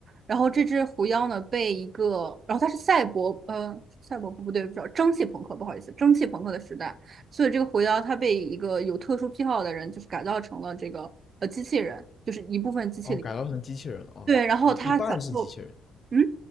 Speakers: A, on the right (about 50°); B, on the left (about 45°).
A: 然后这只狐妖呢，被一个，然后它是赛博，呃，赛博不不对，不知道蒸汽朋克，不好意思，蒸汽朋克的时代。所以这个狐妖它被一个有特殊癖好的人，就是改造成了这个呃机器人，就是一部分机器里。
B: 哦，改造成机器人了啊，
A: 对，然后他小时候，
B: 一一半是机器人，
A: 嗯，